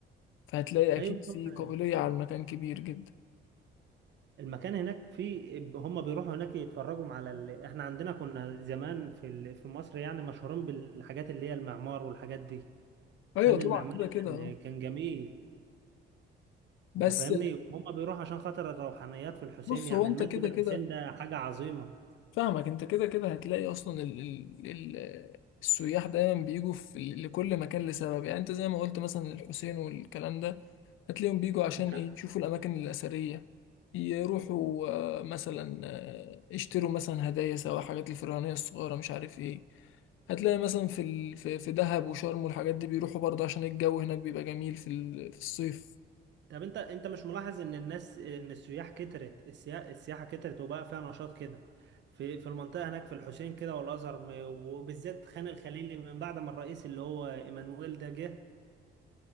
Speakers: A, on the left; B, on the right.
A: فهتلاقي أكيد
B: ايوه
A: في
B: طبعا
A: قابلية على المكان كبير جدا
B: المكان هناك في هم بيروحوا هناك يتفرجوا على ال... احنا عندنا كنا زمان في ال... في مصر يعني مشهورين بالحاجات اللي هي المعمار والحاجات دي
A: أيوة
B: الفن
A: طبعا
B: المعماري
A: كده كده
B: كان
A: اه
B: كان جميل
A: بس
B: انت فاهمني وهم بيروحوا عشان خاطر الروحانيات في الحسين
A: بص
B: يعني
A: هو أنت
B: المسجد
A: كده
B: الحسين
A: كده
B: ده حاجة عظيمة
A: فاهمك انت كده كده هتلاقي اصلا ال ال ال السياح دايما بيجوا في لكل مكان لسبب يعني انت زي ما قلت مثلا الحسين والكلام ده هتلاقيهم بيجوا عشان
B: انت
A: ايه يشوفوا الاماكن الاثريه يروحوا آه، مثلا آه، يشتروا مثلا هدايا سواء حاجات الفرعونيه الصغيره مش عارف ايه هتلاقي مثلا في ال... في في دهب وشرم والحاجات دي بيروحوا برضه عشان الجو هناك بيبقى جميل في ال... في الصيف
B: طب انت انت مش ملاحظ ان الناس ان السياح كترت السيا... السياحة كترت وبقى فيها نشاط كده في في المنطقة هناك في الحسين كده والأزهر م- وبالذات خان الخليلي من بعد ما الرئيس اللي هو ايمانويل ده جه